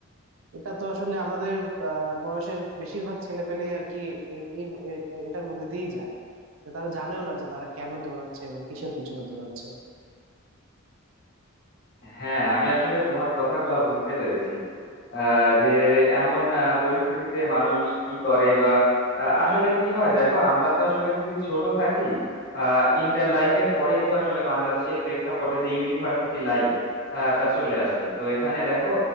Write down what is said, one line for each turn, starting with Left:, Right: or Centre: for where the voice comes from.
Right: এটা তো আসলে আমাদের আহ, বয়সের বেশিরভাগ ছেলে পেলেই আর কি এই- এই ম- এ- এটার মধ্যে দিয়েই যায় যে তারা জানেও না যে তারা কেন দৌড়াচ্ছে এবং কিসের পিছনে দৌড়াচ্ছে
Left: হ্যাঁ আমি আসলে তোমার কথাগুলা বুঝতে পেরেছি আহ, যে এমন আহ, পরিস্থিতিতে মানুষ কি করে বা আহ, আসলে কি হয় দেখো আমরা তো আসলে খুবই ছোট থাকি ইন্টার লাইফের পরেই তো আসলে বাংলাদেশের প্রেক্ষাপটে যে ইউনিভার্সিটি লাইফ টা চলে আসে তো এখানে দেখো